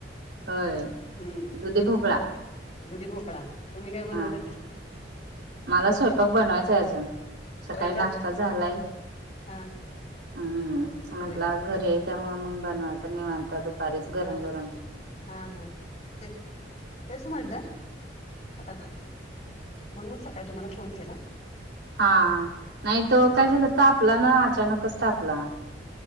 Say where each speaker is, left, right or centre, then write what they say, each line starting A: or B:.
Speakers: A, on the right (about 80°); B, on the left (about 40°).
A: होय
B: हम्म
A: दुधी भोपळा
B: दुधी भोपळा तुम्ही काय बनवलंय
A: हा मला स्वयंपाक बनवायचा आहे अजून सकाळी
B: होय का
A: नाश्ता झालाय हम्म
B: हा
A: म्हंटलं
B: होय का
A: आज घरी आहे त्यामुळे मग बनवायच निवांता दुपारीच गरम
B: हा
A: गरम
B: हा हा ते तेच म्हटलं आता म्हण मग सकाळी तुम्हाला फोन केला
A: हा नाही त
B: विचारायला
A: काय झालं तापला ना अचानकच तापला.